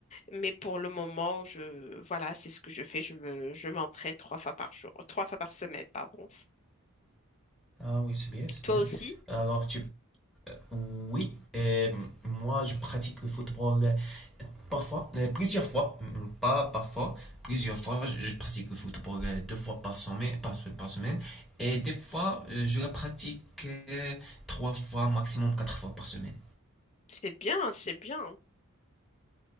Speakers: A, on the left (about 30°); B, in the centre.
A: Mais pour le moment, je, voilà, c'est ce que je fais. Je me, je m'entraîne trois fois par jour, trois fois par semaine, pardon.
B: Ah oui, c'est bien, c'est
A: Toi
B: bien.
A: aussi?
B: Alors, tu Oui, euh, moi je pratique le football euh, parfois, euh, plusieurs fois, mm, mm, pas parfois, plusieurs fois. Je, je pratique le football euh, deux fois par semaine, par, se- par semaine, et des fois euh, je la pratique euh, trois fois, maximum quatre fois par semaine.
A: C'est bien, c'est bien.